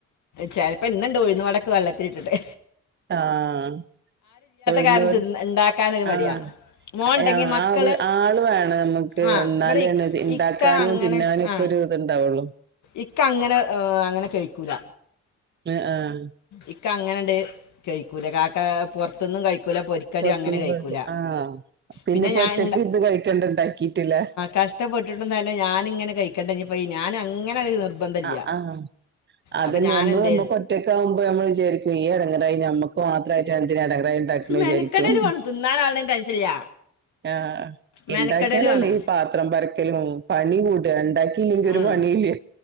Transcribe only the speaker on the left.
ചിലപ്പോ ഇന്ന്ണ്ട് ഉഴുന്ന് വടക്ക് വെള്ളത്തി ഇട്ടിട്ട്
കാരണം തിന്ന് ഉണ്ടാക്കാനൊരു മടിയാണ്
മോൻ ഉണ്ടെങ്കിൽ
മക്കള്
ആ
ഇവിടെ ഇ-
ഇക്ക അങ്ങനെ
ആ
ഇക്ക അങ്ങനെ അങ്ങനെ കഴിക്കൂല
ഇക്ക് അങ്ങനെണ്ട് കഴിക്കൂല കാക്ക പുറത്തൊന്നും കഴിക്കൂല പിന്നെ പൊരിക്കടി
അങ്ങനെ കഴിക്കൂല്ല
പിന്നെ
ഞാൻ
ഇണ്ടാ
കഷ്ടപ്പെട്ടിട്ട് തന്നെ ഞാനിങ്ങനെ കഴിക്കണ്ടിറങ്ങിപ്പോയി ഞാന അങ്ങനെ നിർബന്ധമില്ല
അപ്പം ഞാൻ
എന്ത്
മെനക്കെടലുമാണ്
തിന്നാനാളുടെ ടെൻഷനില്ല
മെനക്കെടലുമാണ്
ഉം.